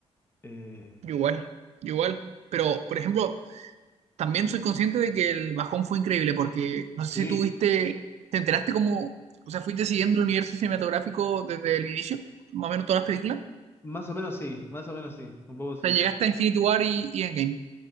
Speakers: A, on the left; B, on the right.
A: Eh,
B: Yo Igual, yo igual. Pero, por ejemplo, también soy consciente de que el bajón fue increíble porque no sé
A: sí,
B: si tú viste, te enteraste cómo, o sea, fuiste siguiendo el universo cinematográfico desde el inicio, más o menos todas las películas.
A: más o menos sí, más o menos sí. Un poco sí.
B: O sea, llegaste a Infinity War y, y Endgame.